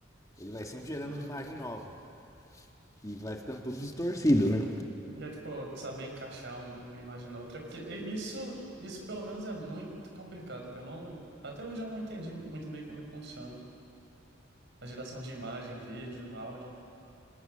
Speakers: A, on the left; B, on the right.
A: Ele vai sempre gerando
B: uhum.
A: uma imagem nova e vai ficando tudo distorcido, né?
B: E é tipo, saber encaixar um- uma imagem na outra, porque e- isso, isso pelo menos é muito complicado. porque Eu não, até hoje eu não entendi muito bem como é que funciona. A geração de imagem, vídeo, áudio.